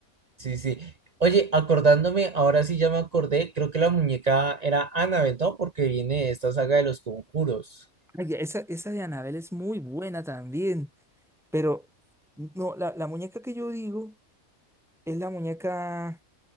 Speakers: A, on the right; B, in the centre.
A: Sí, sí. Oye, acordándome, ahora sí ya me acordé, creo que la muñeca era Annabelle, ¿no? Porque viene de esta saga de los conjuros.
B: Ay, esa, esa de Anabel es muy buena también, pero no, la, la muñeca que yo digo es la muñeca